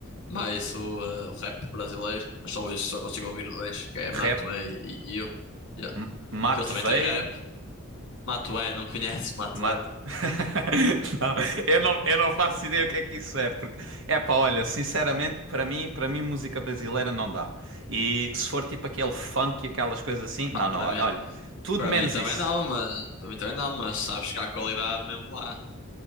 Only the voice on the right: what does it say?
rap?
M- Mate
Vey?
Mate... <laughs> Não, eu não, eu não faço ideia o que é que isso é, porque é pá, olha, sinceramente, para mim, para mim música brasileira não dá. E se for tipo aquele funk e aquelas coisas assim, não,
não, olha,
olha, tudo
menos
isso.